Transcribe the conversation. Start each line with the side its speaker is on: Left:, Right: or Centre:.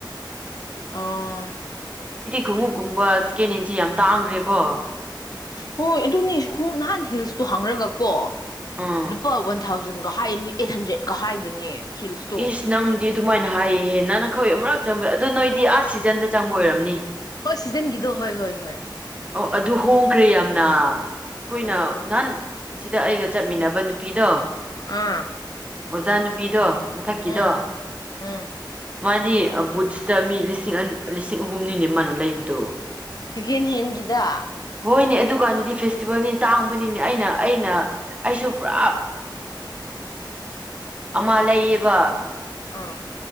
Left: ꯑꯣ
Right: ꯈꯨꯃ ꯀꯨꯝ ꯏꯁꯀꯤꯟ ꯏ ꯌꯥꯝ ꯇꯥꯡꯈ꯭ꯔꯦꯀꯣ
Left: ꯍꯣꯏ ꯑꯗꯨꯅꯦ ꯈꯣꯡꯣꯝ ꯅꯍꯥꯟ ꯍꯤꯜꯁꯇꯣ ꯍꯪꯔꯒ ꯀꯣ
Right: ꯎꯝ
Left: ꯂꯄꯥꯟ ꯊꯥꯎꯖꯟꯒ ꯍꯥꯏ ꯑꯩꯠ ꯍꯟꯗ꯭ꯔꯦꯗꯀ ꯍꯥꯏꯕꯅꯦ ꯍꯤꯜꯁꯇꯣ
Right: ꯏꯁ ꯅꯪꯗꯤ ꯑꯗꯨꯃꯥꯏꯅ ꯍꯥꯏꯍꯦ ꯅꯪꯅ ꯑꯩꯈꯣꯏ ꯑꯃꯛꯛꯇ ꯑꯗꯨꯣ ꯅꯣꯏꯗꯤ ꯑꯥꯁ ꯁꯤꯖꯟꯗ ꯆꯪꯕ ꯑꯣꯏꯔꯝꯅꯤ
Left: ꯍꯣꯏ ꯁꯤꯖꯟꯒꯤꯗꯣ ꯍꯣꯏ ꯍꯣꯏ ꯍꯣꯏ
Right: ꯑꯣ ꯑꯗꯨ ꯍꯣꯡꯈ꯭ꯔꯦ ꯌꯥꯝꯅ ꯑꯩꯣꯏꯅ
Left: ꯑꯔꯣ
Right: ꯅꯥꯟ ꯁꯤꯗ ꯑꯩꯒ ꯆꯠꯃꯤꯟꯅꯕ ꯅꯨꯄꯤꯗꯣ
Left: ꯑꯥ
Right: ꯑꯣꯖꯥ ꯅꯨꯄꯤꯗꯣ ꯃꯊꯛꯀꯤꯗꯣ
Left: ꯎꯝ ꯎꯝ
Right: ꯃꯥꯗꯤ ꯕꯨꯠꯁꯇ ꯃꯤ ꯂꯤꯁꯤꯡ ꯑ ꯂꯤ ꯑꯍꯨꯝꯅꯤꯅꯦ ꯃꯅ ꯂꯩꯕꯗꯨꯣ
Left: ꯍꯒꯦꯟ ꯍꯒꯗ
Right: ꯍꯣꯏꯅꯦ ꯑꯗꯨꯀꯥꯟꯗꯗꯤ ꯐꯦꯁꯇꯤꯚꯦꯜꯅꯤ ꯇꯥꯡꯕꯅꯤꯅꯦ ꯑꯩꯅ ꯑꯩꯅ ꯑꯩꯁꯨ ꯄꯨꯔꯥ ꯑꯃ ꯂꯩꯌꯦꯕ
Left: ꯑꯥ